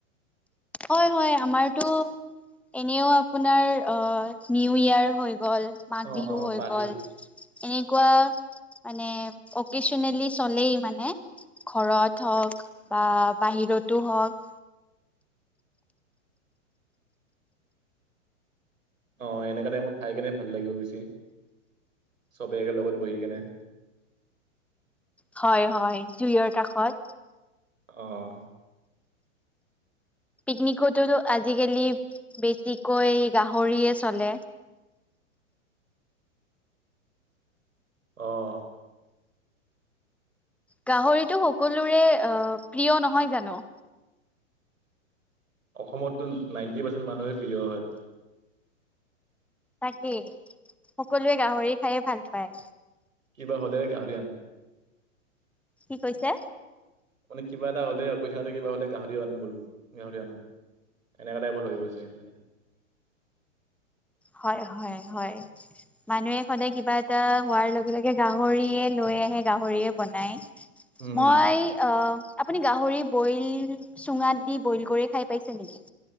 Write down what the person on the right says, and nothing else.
অ অ
পাতি
অ', এনেকুৱা টাইমত খাই কেনে ভাল লাগিব বেছি, চবেই একেলগত বহি কেনে।
অ'।
অ'।
অসমততো নাইনটি পাৰ্চেণ্ট মানুহৰেই প্ৰিয় হয়।
কিবা হ'লে গাহৰি আন।
মানে কিবা এটা হ'লে আৰু পইচা এটা কিবা হ'লে গাহৰি আন বল, গাহৰি আনো। এনেকুৱা টাইপৰ হৈ গৈছে ইহঁতে।
উম